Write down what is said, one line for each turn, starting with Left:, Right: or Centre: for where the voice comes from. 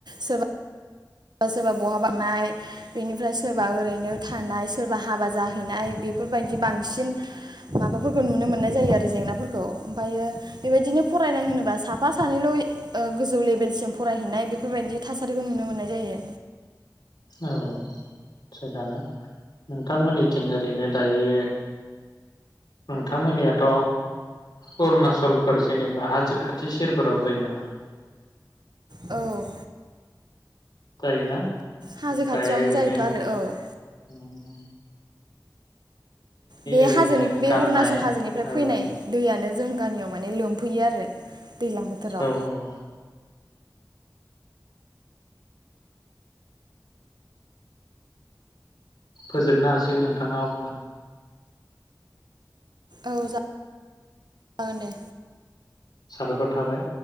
Right: सोरबा। सोरबा सोरबा बहा बाबनाय बेनिफ्राय सोरबा ओरैनो थानाय सोरबा हाबा जाहैनाय बेफोरबायदि बांसिन। माबाफोरखौ नुनो मोननाय जायो आरो जेंनाफोरखौ खौ ओमफायो। बेबायदिनो फरायनाय होनोबा साफा सानैल' ओ गोजौ लेभेल। सिम फरायहैनाय बेफोर बायदि थासारिखौ नुनो मोननाय। जायो।
Left: औ थिगानो नोंथांमोननिथिं ओरैनो दायो नोंथांमोननियाथ अरुणचलफोर जेनेबा हाजो खाथि सेरफोराव जायो नामा।
Right: औ।
Left: गायो ना।
Right: हाजो
Left: ओमफ्राय
Right: खाथियावनो
Left: ओरैनो
Right: जायोथ'
Left: नों
Right: आरो औ
Left: उम।
Right: बे
Left: ओरैनो
Right: हाजोनि बे
Left: गाननाय
Right: अरुणचल हाजोनिफ्राय
Left: औ
Right: फैनाय दैयानो जों गामियाव माने लोमफैयो आरो। दैज्लां बोथोराव
Left: औ-औ। फोजोबनो हासिगोन नोंथाङा अब्ला।
Right: औ जागोन दे।
Left: सााबायखर थाबाय।